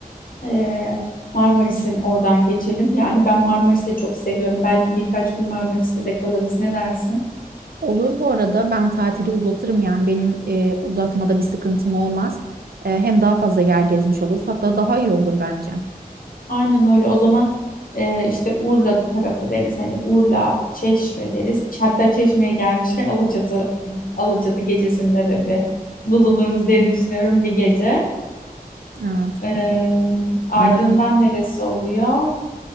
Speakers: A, on the left; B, on the right.
A: e, Marmaris'in oradan geçelim. Yani ben Marmaris'i de çok seviyorum. Belki birkaç gün Marmaris'te de kalırız. Ne dersin?
B: Olur bu arada ben tatili uzatırım yani benim e, uzatmada bir sıkıntım olmaz. E, hem daha fazla yer gezmiş oluruz hatta daha iyi olur bence.
A: Aynen öyle. O zaman e, işte Urla tarafı deriz. Hani Urla, Çeşme deriz. Hatta Çeşme'ye gelmişken Alaçatı Alaçatı gecesinde de bir bulunuruz diye düşünüyorum bir gece.
B: Evet
A: E, ardından
B: sanırım
A: neresi oluyor?